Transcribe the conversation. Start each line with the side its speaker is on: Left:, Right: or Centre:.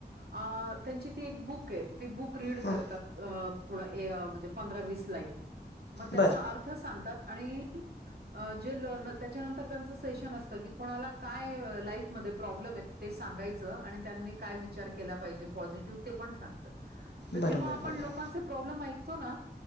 Right: अ त्यांची ती एक बुक हे. ते बुक रीड
Left: हां
Right: करतात अ ए थोडं म्हणजे पंधरा वीस लाईन मग त्याचा
Left: बरं
Right: अर्थ थ सांगतात आणि अ जे लन त्याच्यानंतर त्यांच सेशन असतं की कोणाला काय लाईफ मध्ये प्रॉब्लेम हेत. ते सांगायचं आणि त्यांनी काय विचार केला पाहिजे पॉझिटिव्ह ते पण सांगतात. त
Left: बरोबर
Right: जेव्हा आपण
Left: बरोबर
Right: लोकांचे प्रॉब्लेम ऐकतो ना.